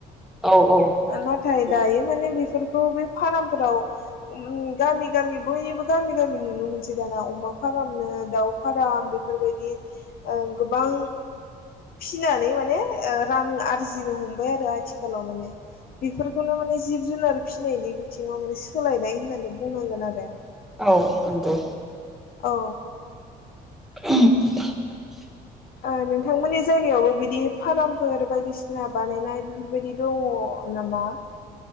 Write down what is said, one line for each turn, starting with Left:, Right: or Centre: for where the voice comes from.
Centre: औ
Left: नाथाय
Centre: नंगौ
Left: दायो माने बेफोर खौ बे फारामफोराव गामि गामि बयनिबो गामि गामि नुनो मोनसै दाना अमा फारामनो दाउ फाराम बेफोरबायदि गोबां फिनानै माने रां आरजिनो हमबाय आरो आथिखालाव माने बेफोरखौनो माने जिब जुनार फिनायनि बिथिङाव माने सोलायनाय होननानै बुंनांगोन आरो
Centre: औ नंगौ
Left: औ
Centre: <inaudible>
Left: ओ नोंथांमोननि जायगायावबो बिदि फारामफोर बायदिसिना बानायनाय बेबायदि दङ खालामा